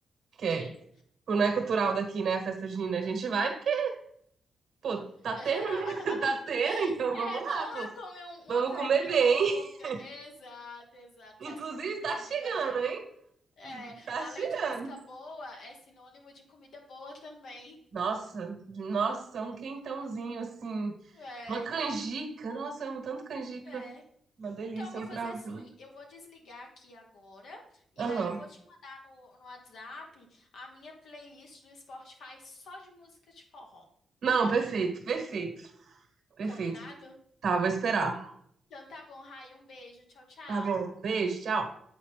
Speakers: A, on the right; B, on the left.
A: Que é,
B: sim.
A: tipo, não é cultural daqui, né? A festa junina. A gente vai, porque, pô, tá tendo,
B: <laughs>
A: né? <laughs> Tá tendo, então vamos
B: É,
A: lá,
B: vamos
A: pô.
B: lá comer um-
A: Vamos
B: uma carne
A: comer
B: louca.
A: bem. <laughs>
B: Exato, exato.
A: Inclusive,
B: Festa
A: tá
B: junina.
A: chegando, hein?
B: É,
A: Tá
B: além
A: chegando.
B: de música boa, é sinônimo de comida boa também.
A: Nossa, nossa, é um quentãozinho assim.
B: É,
A: Uma canjica. Nossa, eu amo tanto canjica.
B: é.
A: Uma delícia,
B: Então, eu vou
A: um
B: fazer
A: curauzinho.
B: assim: eu vou desligar aqui agora, e
A: Aham.
B: aí eu vou te mandar no, no WhatsApp a minha playlist do Spotify só de música de forró.
A: Não, perfeito, perfeito, perfeito.
B: Combinado?
A: Tá, vou esperar.
B: Então tá bom, Rai, um beijo. Tchau, tchau.
A: Tá bom. Beijo, tchau.